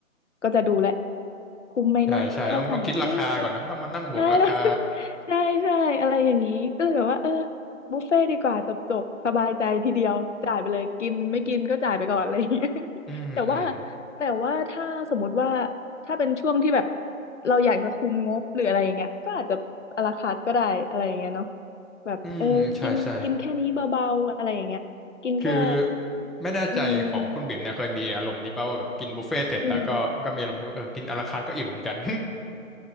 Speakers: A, on the left; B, in the centre.
A: ก็จะดูแลคุ้มไหมนะถ้าสั่งเอ้ยจะ
B: ใช่ใช่ต้องต้องคิดราคาก่อนเนอะต้องมานั่งบวกราคา
A: ใช่แล้ว <laughs> ใช่ใช่อะไรอย่างงี้ก็เลยแบบว่าเออบุฟเฟ่ต์ดีกว่าจบจบสบายใจทีเดียวจ่ายไปเลยกินไม่กินก็จ่ายไปก่อนอะไรอย่างเงี้ย <laughs>
B: อืมอืม
A: แต่ว่าแต่ว่าถ้าสมมุติว่าถ้าเป็นช่วงที่แบบเราอยากจะคุมงบหรืออะไรอย่างเงี้ยก็อาจจะอาราคาร์ทก็ได้อะไรอย่างเงี้ยเนาะ แบบเออกินกินแค่นี้เบาๆ
B: อืมใช่ใช่
A: อะไรอย่างเงี้ยกินแค่
B: คือไม่แน่ใจของคุณบิ่มเนี่ยเคยมีอารมณ์นี้ป่ะว่าแบบกินบุฟเฟ่ต์เสร็จแล้วก็ก็มีอารมณ์ที่ว่าเออกินอะลาคาร์ทก็อิ่มเหมือนกัน
A: อืมอืม